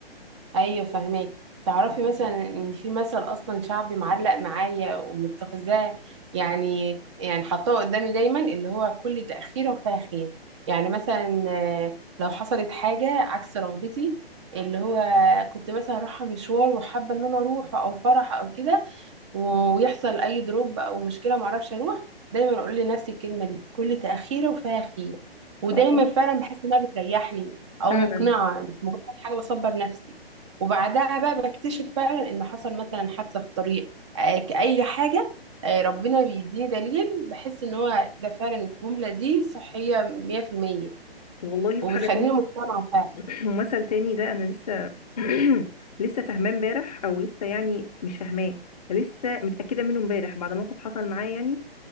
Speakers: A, on the right; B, on the left.
A: ايوه فهماك تعرفي مثلا ان في مثل اصلا شعبي معلق معايا ومتخذاه يعني يعني حطاه قدامي دايما اللي هو كل تاخير وفاه خير يعني مثلا آه، لو حصلت حاجه عكس رغبتي اللي هو كنت مثلا رايحه مشوار وحابه ان انا اروح او فرح او كده ويحصل اي دروب او مشكله وما اعرفش اروح دايما اقول لنفسي الكلمه دي كل تاخيره وفيها خير ودايما
B: اه
A: فعلا بحس انها بتريحني او
B: فعلا
A: مقنعه مش مجرد حاجه بصبر نفسي وبعدها بقى بكتشف فعلا ان حصل مثلا حادثه في الطريق آه، كأي حاجه آه، ربنا بيديني دليل بحس ان هو ده فعلا الجمله دي صحيه 100%
B: والله
A: وبتخليني
B: وحاجه تانية
A: مقتنعه فعلا
B: <clears throat> ومثل تاني ده انا لسه <clears throat> لسه فاهماه امبارح او لسه يعني مش فاهماه لسه متاكده منه امبارح بعد موقف حصل معايا يعني